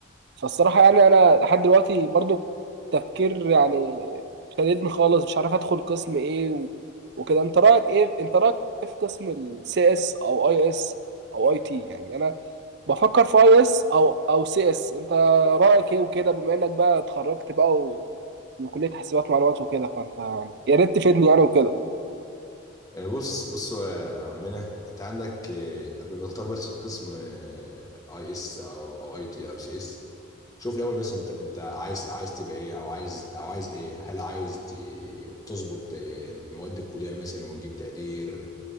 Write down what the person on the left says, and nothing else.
آه، بص بص يا عمنا انت عندك آه، قبل ما تختار بس القسم اي اس او او اي تي او سي اس شوف الاول بس انت انت عايز عايز تبقى ايه او عايز او عايز ايه هل عايز ت- تظبط آه، مواد الكلية مثلا وتجيب تقدير